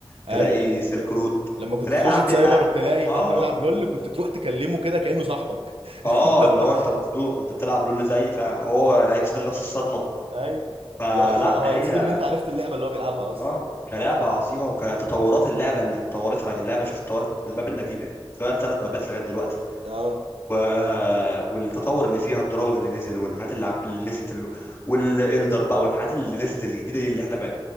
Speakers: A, on the left (about 25°); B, on the right (about 80°).
A: تلاقي
B: ايوه
A: سيلك رود
B: لما كنت
A: تلاقي
B: تخش
A: العاب
B: سايبر
A: بي... لا
B: تلاقي
A: اه
B: حد بيلعب لول كنت تروح تكلمه كده كأنه صاحبك <laughs>
A: اه
B: اللي
A: اللي
B: هو
A: هو انت مصدوم انت بتلعب لول زي فهو هيتصدم نفس الصدمه
B: ايوه
A: فلا
B: اللي هو هو
A: هي
B: هيتصدم ان انت عرفت اللعبه اللي هو بيلعبها اصلا
A: اه كلعبة عظيمة وكتطورات اللعبة اللي اتطورتها يعني اللعبة شوف اتطورت الماب القديم اتغير ثلاث مابات لغاية دلوقتي
B: اه
A: و... والتطور اللي فيها الدراجون اللي نزل والحاجات اللي, عم... اللي نزلت اللي... والإلدر بقى والحاجات اللي نزلت الجديدة دي اللي احنا ما...